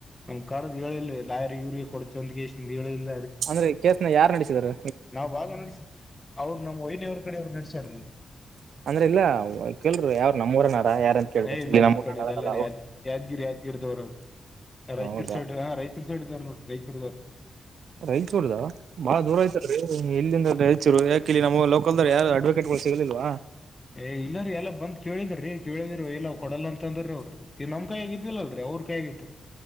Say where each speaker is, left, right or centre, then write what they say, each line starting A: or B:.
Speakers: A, on the left; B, on the right.
A: ನಮ್ ಕಡದ್ ಹೇಳಿಲ್ರಿ ಲಾಯ ಯೂರಿಯ ಕೊಡತಿ ಅಂದ್ ಕೆ ಸಿ ಹೇಳಿಲ್ರಿ
B: ಅಂದ್ರೆ ಕೇಸ್ನ ಯಾರ್ ನಡೆಸದರು
A: ನಾವ್ ಭಾಗ ನಸ ಅವ್ರರು ನಮ್ಮ್ ವೈನಿ ಅವ್ರ ಕಡೆ ಅವರು ನಡಸ್ಯಾರೀ
B: ಅಂದ್ರೆ ಇಲ್ಲ ಕೆಲ್ರು ಯಾವ್ರ ನಮ್ಮೂರನಾರ ಯಾರ ಅಂತ ಕೇಳಿದೆ
A: ಏ ಇಲ್ಲ
B: ಇಲ್ಲಿ ನಮ್ಮೂರನಾರ
A: ಈ ಕಡೆ ಇದೆಲ್ಲ
B: ಅಲ್ಲ
A: ಯಾದ್ ಯಾದ್ಗಿರಿ ಯಾದ್ಗಿರದವರು ರೈಚೂರ್
B: ಹೌದಾ
A: ಸೈಡ್ ಹ ರೈತ ವ್ ರೈತ ನೋಡಿ <inaudible>
B: ರೈಚೂರ್ದ ಬಾಳ ದೂರ ಆಯ್ತಲ್ ರೀ ಇಲ್ಲಿಂದ ರಾಯಚೂರು ಯಾಕ ಇಲ್ಲಿ ನಮ್ಮ ಲೋಕಲ್ ಯಾರು ಅಡ್ವಕಟ್ಗಳು ಸಿಗಲಿಲ್ವಾ
A: ಏ ಇಲ್ಲಾರೀ ಎಲ್ಲ ಬಂದ್ ಕೇಳಿದ್ರೀ ಕೇಳಿದ ಇಲ್ಲ ಕೊಡಲ್ಲ ಅಂತ ಅಂದ್ರೆ ಅವರು ಈ ನಮ್ ಕೈ ಆಗಿದ್ದಿಲ್ಲಲರಿ ಅವ್ರ ಕೈ ಇತ್ರಿ